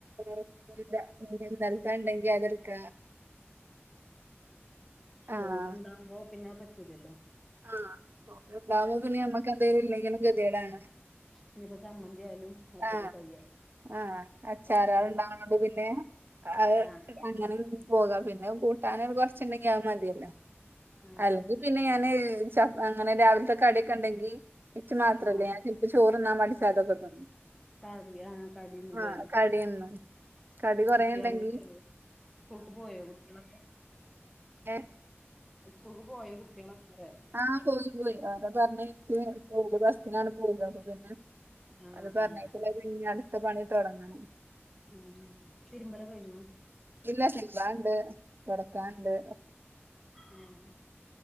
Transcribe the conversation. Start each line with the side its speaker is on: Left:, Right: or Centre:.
Right: <inaudible> പിന്നെ ഇന്നലത്തെ ഇണ്ടെങ്കി അത്‌ എടുക്കാ ആഹ്
Centre: ഇത് ഓല് ഇണ്ടാവുമ്പോ പിന്നെ അത് പ റ്റൂലല്ലോ
Right: ആഹ് ഓൽ ഇണ്ടാവുമ്പോ പിന്നെ നമ്മക്ക് എന്തേലും ഇല്ലെങ്കിലും കെതേടാണ്
Centre: ഇഞ്ഞിപ്പം ചമ്മന്തി ആയാലും ഒറ്റക്ക്
Right: ആഹ്
Centre: കയ്യ
Right: ആഹ് അച്ചാറാൾ
Centre: ഉം
Right: ഉണ്ടാണോണ്ട് പിന്നെ അത്
Centre: ആഹ്
Right: അങ്ങനേം പോകാം പിന്നെ കൂട്ടാനൊരു കൊറച്ചുണ്ടെങ്കി അത് മതിയല്ലോ
Centre: ആഹ്
Right: അല്ലെങ്കിൽ പിന്നെ പിന്നെ ഞാന് ച അങ്ങനെ രാവിലത്തെകടി ഒക്കെ ഇണ്ടെങ്കിൽ ഇച്ച് മാത്രല്ലേ
Centre: ആഹ്
Right: ഞാന് ചോറുണ്ണാൻ മടിച്ച് അതൊക്കെ തിന്നും
Centre: <unintelligible> ആഹ് കടിന്നൂലെ
Right: ആഹ് കടിതിന്നും കടി കൊറേ
Centre: കുട്ടികള്
Right: ഉണ്ടെങ്കി
Centre: <unintelligible> സ്ക്കൂൾക്ക് പോയോ <unintelligible>
Right: ഏ
Centre: സ്കൂൾക്ക് പോയോ കുട്ട്യേളൊക്കെ
Right: ആഹ് പോയി പോയി അത പറഞ്ഞയ്ച് <unintelligible> ബസ്സിനാണ് പോവാ അപ്പൊ പിന്നെ
Centre: ആഹ്
Right: അത് പറഞയ്..
Centre: ആഹ്
Right: <unintelligible> ഇനി അടുത്ത പണി തുടങ്ങണം
Centre: ഉം തിരുമ്പലൊകെ കഴിഞ്ഞോ
Right: ഇല്ല തിരുമ്പാണ്ട് തുടക്കാണ്ട്
Centre: ഉം